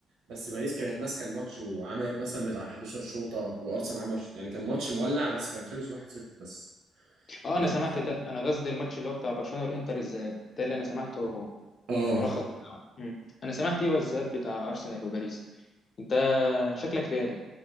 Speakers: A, on the right; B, on the left.
A: بس باريس كانت ماسكه الماتش وعملت مثلا بتاع 11 شوطه وارسنال عمل ش- يعني كان ماتش مولع بس كان خلص 1-0 بس
B: آه،
A: ب-
B: انا سمعت ده انا قصدي الماتش اللي هو بتاع برشلونه والانتر الذهاب ده اللي انا سمعته
A: اه
B: الملخص بتاعه مم. انا سمعت ايه هو الذهاب بتاع ارسنال وباريس انت شكلك ريالي